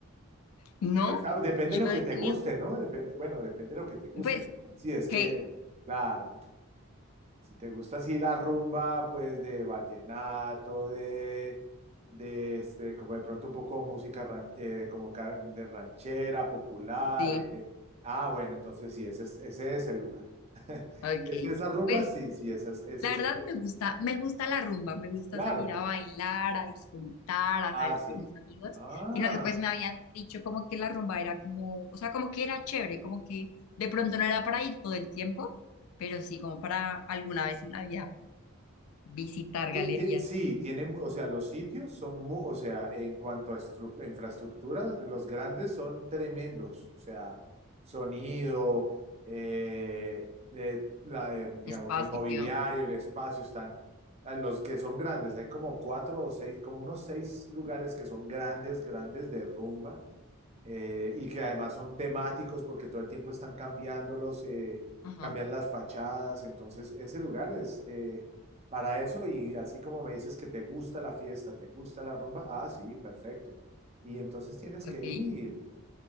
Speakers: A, on the left; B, on the right.
A: no,
B: Pues ah, depende
A: yo
B: de lo que
A: he
B: te
A: tenido,
B: guste, ¿no? Depende, bueno, depende de lo que te guste.
A: pues,
B: Sí, es
A: que,
B: que, claro. Si te gusta así la rumba, pues de vallenato, de, de este, como de pronto un poco música ran- eh, como ca- de ranchera, popular.
A: sí,
B: eh, Ah, bueno, entonces sí, ese es, ese es el lugar. <laughs>
A: ok,
B: Si es esa rumba,
A: pues,
B: sí, sí, ese es, ese
A: la
B: es
A: verdad
B: el lugar.
A: me gusta, me gusta la rumba, me gusta
B: Claro.
A: salir a bailar, a disfrutar, a
B: Ah,
A: salir
B: sí.
A: con mis amigos,
B: Ah.
A: sino que pues me habían dicho como que la rumba era como, o sea, como que era chévere, como que de pronto no era para ir todo el tiempo, pero sí como para alguna vez en la vida visitar
B: Ti-
A: galerías,
B: ti- Sí, tienen, o sea, los sitios son, mu- o sea, en cuanto a estru- a infraestructura, los grandes son tremendos, o sea, sonido, eh, eh, la, eh, digamos,
A: espacio,
B: el mobiliario, el espacio, están, a los que son grandes, hay como cuatro o seis, como unos seis lugares que son grandes, grandes de rumba, eh, y que además son temáticos porque todo el tiempo están cambiándolos, eh,
A: ajá,
B: cambian las fachadas, entonces ese lugar es eh, para eso y así como me dices que te gusta la fiesta, te gusta la rumba, ah, sí, perfecto. Y entonces tienes
A: ok.
B: que ir.